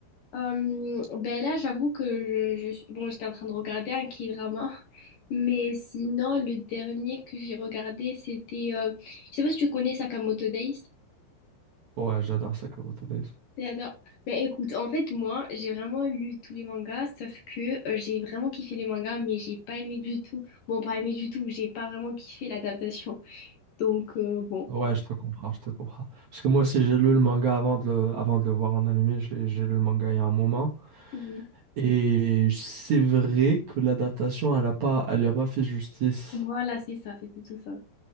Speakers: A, on the left; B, on the right.
A: Euh, ben là, j'avoue que je, je- bon, j'étais en train de regarder un K-drama, <laughs> mais sinon, le dernier que j'ai regardé, c'était, euh, je sais pas si tu connais Sakamoto Days.
B: Ouais, j'adore Sakamoto Days.
A: J'adore. Ben écoute, en fait, moi, j'ai vraiment lu tous les mangas, sauf que euh, j'ai vraiment kiffé les mangas, mais j'ai pas aimé du tout. Bon, pas aimé du tout, j'ai pas vraiment kiffé l'adaptation. <laughs> Donc, euh, bon.
B: Ouais, je te comprends, je te comprends. Parce que moi aussi, j'ai lu le manga avant de le, avant de le voir en animé. je l'ai- J'ai lu le manga il y a un moment.
A: Oui.
B: Et c'est vrai que l'adaptation, elle a pas, elle lui a pas fait justice.
A: Voilà, c'est ça, c'est plutôt ça.